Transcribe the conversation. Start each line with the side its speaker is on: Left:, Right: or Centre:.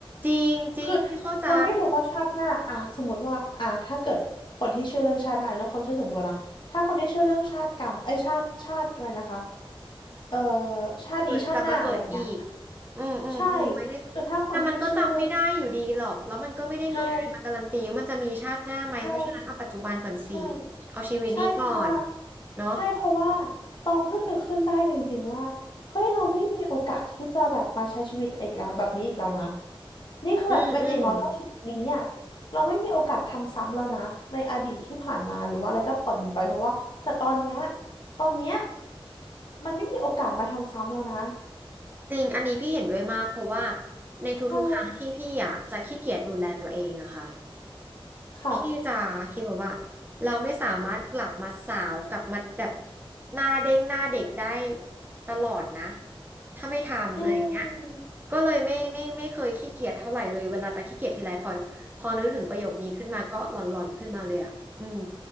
Right: จริงจริงพี่เข้าใจ
Left: คือเราไม่รู้ว่าชาติหน้าอ่ะสมมติว่าอ่ะถ้าเกิดคนที่เชื่อเรื่องชาติหน้าเรื่องความเชื่อส่วนตัวนะถ้าคนที่เชื่อเรื่องชาติกรรมไอยชาติชาติอะไรนะคะเอ่อชาตินี้ชาติหน้าอะไรเงี้ย
Right: เกิดกลับมาเกิดอีกอืมอืมอืมไม่ได้
Left: ใช่คือถ้าคนที่ชื่อเรื่อง
Right: แต่มันก็จำไม่ได้อยู่ดีหรอกแล้วมันก็ไม่ได้มีอะไรมาการันตีว่ามันจะมีชาติหน้าไหมเพราะฉะนั้นเอาปัจจุบันก่อนสิ
Left: ใช่ใช่ใช่
Right: เอาชีวิตนี้ก่อน
Left: ใช่เพราะว่า
Right: เนาะ
Left: ใช่เพราะว่าตองเพิ่งนึกขึ้นได้จริงๆว่าเฮ้ยเราไม่มีโอกาสที่จะแบบมาใช้ชีวิตอีกแล้วแบบนี้อีกแล้วนะนี่คือแบบไม่อย่างน้อยก็ชีวิตนี้อ่ะ
Right: อืมอืม
Left: เราไม่มีโอกาสทำซ้ำแล้วนะในอดีตที่ผ่านมาหรือว่าอะไรก็ปล่อยมันไปเพราะว่าแต่ตอนเนี้ยตอนเนี้ยมันไม่มีโอกาสมาทำซ้ำแล้วนะ
Right: จริงอันนี้พี่เห็นด้วยมากเพราะว่าในทุกๆครั้งที่พี่อ่ะจะขี้เกียจดูแลตัวเองอะค่ะ
Left: ใช่ค่ะ
Right: พี่จะคิดแบบว่าเราไม่สามารถกลับมาสาวกลับมาแบบหน้าเด้งหน้าเด็กได้ตลอดนะถ้าไม่ทำอะไรอย่างเงี้ย
Left: อืม
Right: ก็เลยไม่ไม่ไม่เคยขี้เกียจเท่าไหร่เลยเวลาจะขี้เกียจทีไรพอพอนึกถึงประโยคนี้ขึ้นมาก็หลอนๆขึ้นมาเลยอะอืม